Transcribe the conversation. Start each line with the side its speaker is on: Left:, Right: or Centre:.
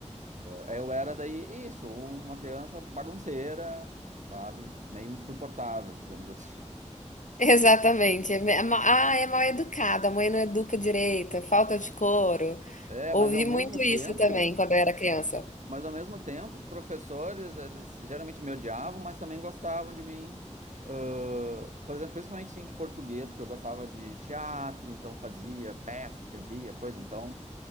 Right: é, eu era daí, isso, uma criança bagunceira, sabe? Meio insuportável, digamos assim.
Left: <laughs> Exatamente. É me- é Ah, é mal educada, a mãe não educa direito, é falta de couro.
Right: É,
Left: Ouvi
Right: mas ao mesmo
Left: muito isso
Right: tempo,
Left: também quando eu era criança.
Right: mas ao mesmo tempo, os professores, eles geralmente me odiavam, mas também gostavam de mim. Ãh, por exemplo, principalmente sim de português, porque eu gostava de teatro, então fazia peça, escrevia coisa, então